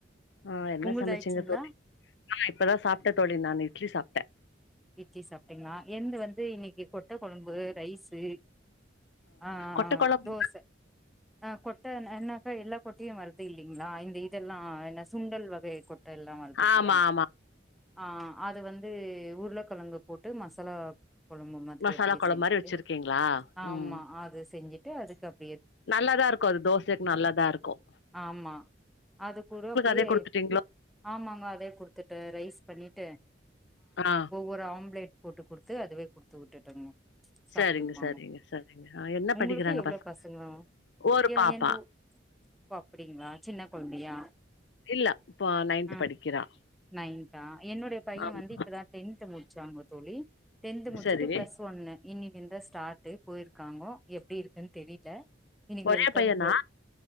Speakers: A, on the left; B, in the centre.
A: ஆ என்ன
B: உங்கள்து
A: சமச்சிங்க
B: ஆயிடுச்சுங்களா
A: தோழி ஆ இப்பதா சாப்ட்டேன் தோழி நானு இட்லி சாப்ட்ட
B: இட்லி சாப்ட்டீங்களா என்து வந்து இன்னைக்கு கொட்ட கொழம்பு ரைஷு ஆ
A: கொட்ட கொழம்பு
B: தோச ஆ கொட்ட என்னக்கா எல்லா கொட்டையும் வருப்பிங்க இல்லைங்களா இந்த இதெல்லா என்ன சுண்டல் வகை கொட் ட்ட எல்லாம் வருது
A: ஆமா
B: இல்லையா
A: ஆமா
B: ஆ அது வந்து உருளைக்கிழங்கு போட்டு மசாலா கொழும்பு மாதிரி
A: மசாலா
B: அப்படியே
A: கொழம்பு
B: செஞ்சுட்டு
A: மாரி வச்சிருக்கீங்களா
B: ஆமா
A: ம்
B: அது செஞ்சுட்டு அதுக்கப்
A: நல்லாதா இருக்கும் அது தோசைக்கு நல்லாதா இருக்கும்
B: ஆம்மா அது கூட அப்டியே
A: அதே குடுத்துட்டீங்களோ
B: ஆமாங்க அதே குடுத்துட்டு ரைஸ் பண்ணிட்டு
A: ஆ
B: ஒரு ஆம்லேட் போட்டு குடுத்து அதுவே குடுத்து விட்டுட்டங்க சாப்ட்டுக்குவாங்க
A: சரிங்க சரிங்க சரிங்க ஆ என்ன
B: உங்களுக்கு
A: படிக்கிறாங்க
B: எவ்ளோ பசங்க
A: ஒரு
B: எ
A: பாப்பா
B: எந்த ஊர் ஒ அப்டிங்களா சின்ன கொழந்தையை
A: இல்ல இப்போ நைன்த்
B: அ
A: படிக்கிறா
B: நைன்த்தா என்னுடைய பைய
A: ஆமா
B: வந்து இப்பதா டென்த் முடிச்சாங்க தோழி டென்த்து முடிச்சுட்டு
A: சரி
B: ப்ளஸ் ஒன்னு இன்னி ந்தா ஸ்டார்ட்டு போயிருக்காங்கோ எப்டி இருக்குன்னு தெரியில இன்னக்கி
A: ஒரே
B: வெல்கம்
A: பையனா
B: ப்ரோ